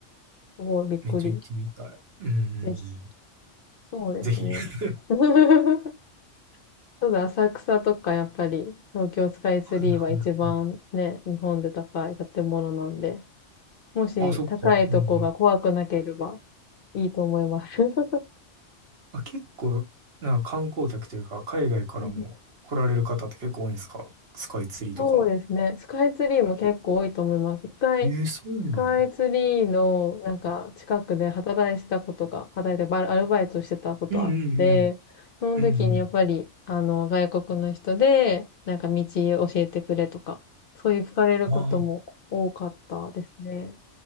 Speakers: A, on the left (about 55°); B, on the right (about 60°).
A: ごいびっくり。
B: めっちゃ行ってみたい。うんうんう
A: ぜひ。
B: ん。
A: そうですね。
B: ぜひ。<laughs>
A: <laughs> ちょっと浅草とかやっぱり東京スカイツリーは一番ね、
B: はいはいはい。
A: 日本で高い建物なんで、もし高いとこが怖くなければ
B: あ、そっか。うんうん。
A: いいと思います。<laughs>
B: あ、結構、なんか観光客というか、海外からも来られる方って結構多いんですかスカイツリーとか。
A: うんうん。そうですね。スカイツリーも結構多いと思います。一回、
B: ええそうなんや。
A: スカイツリーのなんか近くで働いてたことが、働いてバイアルバイトしてたことあって、
B: うんうんうん。
A: その時にやっぱり、
B: うんうん。
A: あの、外国の人で、なんか道教えてくれとか、そういう聞かれることも多かったですね。
B: まあ、